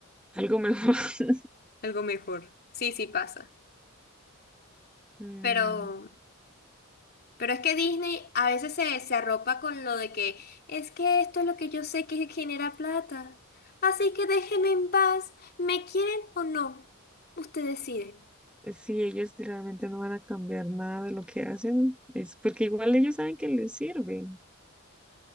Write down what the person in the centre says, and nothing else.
algo mejor. <laughs>
Mm,
sí, ellos realmente no van a cambiar nada de lo que hacen, es porque igual ellos saben que les sirve,